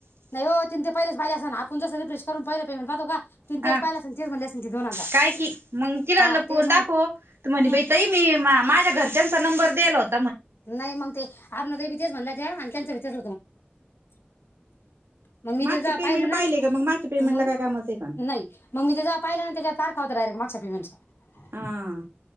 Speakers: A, on the left; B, on the right.
A: नाई ओत तीन ते पाहिलच पाहिले आसन आपण जस रिफ्रेश करून पहिल पेमेंट पाहतो का? तिन
B: हा
A: तेच पाहिलं असेल तेच म्हणले असेल ते दोन हजार
B: काय की मंग तिला म्हणलं
A: हा
B: फोन
A: ते
B: दाखव
A: मग
B: तर म्हणे
A: हम्म
B: बाई तई मी माझ्या घर ज्यांचा नंबर द्यायला होत
A: नाही मग ते अरुणा ताई बी तेच म्हणला व्हत्या आणि त्यांचा बी तस <unintelligible> मग मी
B: मागचे
A: ते जवा
B: पेमेंट
A: पाहिलं
B: पाहिले
A: ना,
B: का मग मागच्या पेमेंटला
A: मग,
B: काय कामाचं आहे का
A: नाही, मग मी ते जवा पाहिलं ना त्याच्यावर तारख हवत डायरेक्ट मागच्या पेमेंट चा
B: हा